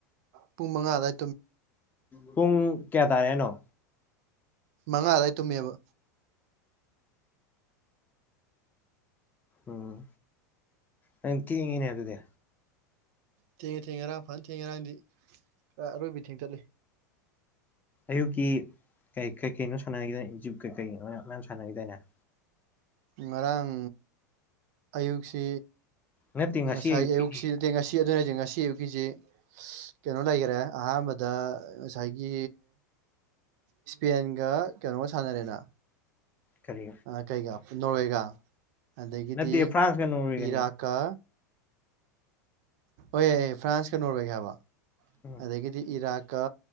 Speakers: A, on the right; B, on the left.
A: ꯄꯨꯡ ꯃꯉꯥ ꯗꯥꯏ
B: ꯄꯨꯡ ꯀꯌꯥ ꯇꯥꯔꯦ ꯍꯥꯏꯅꯣ
A: ꯃꯉꯥ ꯑꯗꯨꯋꯥꯏ ꯇꯨꯝꯃꯦꯕ
B: ꯎꯝ ꯅꯪ ꯀꯦꯡꯉꯤꯅꯦ ꯑꯗꯨꯗꯤ
A: ꯊꯦꯡꯉꯦ ꯊꯦꯡꯉꯦ ꯉꯔꯥꯡ ꯐꯅ ꯊꯦꯡꯉꯦ ꯉꯔꯥꯡꯗꯤ ꯑꯔꯣꯏꯕꯤ ꯊꯦꯡ ꯆꯠꯂꯨ
B: ꯑꯌꯨꯛꯀꯤ ꯀꯩ ꯀꯩ ꯀꯩꯅꯣ ꯁꯥꯟꯅꯈꯤꯗ ꯀꯩ ꯀꯩꯅꯣ ꯃꯌꯥꯝ ꯁꯥꯟꯅꯈꯤꯗꯅꯦ
A: ꯉꯔꯥꯡ ꯑꯌꯨꯛꯁꯤ
B: ꯅꯠꯇꯦ ꯉꯁꯤ
A: ꯉꯁꯥꯏ
B: ꯑꯌꯨꯛꯀꯤꯅꯤ
A: ꯑ ꯁꯤꯠꯇ ꯉꯁꯤ ꯑꯗꯨꯅꯁ ꯉꯁꯤ ꯑꯌꯨꯛꯀꯤꯁꯤ ꯀꯩꯅꯣ ꯂꯩꯈꯔꯦ ꯑꯍꯥꯟꯕꯗ ꯉꯁꯥꯏꯒꯤ ꯏꯁꯄꯦꯟꯒ ꯀꯩꯅꯣꯒ ꯁꯥꯟꯅꯔꯦꯅ
B: ꯀꯔꯤ
A: ꯀꯩꯒ ꯅꯣꯔꯋꯦꯒ ꯑꯗꯒꯤꯗꯤ
B: ꯅꯠꯇꯦ ꯐ꯭ꯔꯥꯟꯁꯀ ꯅꯣꯔꯋꯦꯒꯅꯤ
A: ꯏꯔꯥꯛꯀ ꯍ ꯐ꯭ꯔꯥꯟꯁꯀ ꯅꯣꯔꯋꯦꯒ ꯍꯥꯏꯕ
B: ꯎꯝ
A: ꯑꯗꯒꯤꯗꯤ ꯏꯔꯥꯛ ꯛ